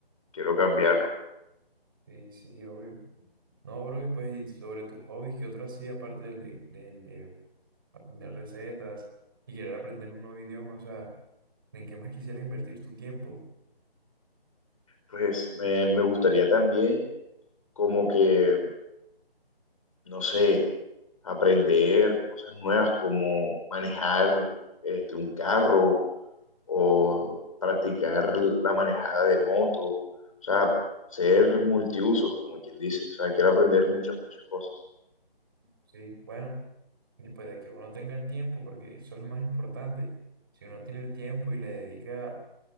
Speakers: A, on the left; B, on the right.
A: quiero cambiarlo.
B: Sí, sí, obvio. No, bro, y pues y sobre tus hobbies, ¿qué otro hacía aparte del de, del de aprender recetas y querer aprender un nuevo idioma? O sea, ¿en qué más quisiera invertir tu tiempo?
A: Pues me, me gustaría también como que, no sé, aprender cosas nuevas como manejar este, un carro o practicar la manejada de moto, o sea, ser multiusos, como quien dice, o sea, quiero aprender muchas, muchas cosas.
B: Sí, bueno, después de que uno tenga el tiempo, porque eso es lo más importante. Si uno tiene el tiempo y le dedica